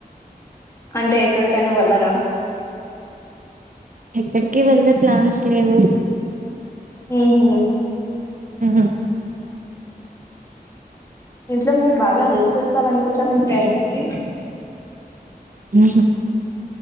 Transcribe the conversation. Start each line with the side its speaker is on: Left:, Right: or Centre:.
Left: అంటే ఎక్కడికైనా వెళ్లరా
Right: ఏక్కడికి వెళ్లేే ప్లాన్స్ లేవు
Left: హుమ్
Right: ఉ
Left: ఇంట్లో మీరు బాగా హెల్ప్ చేస్తారనుకుంటా మీ పేరెంట్స్ కి
Right: హూ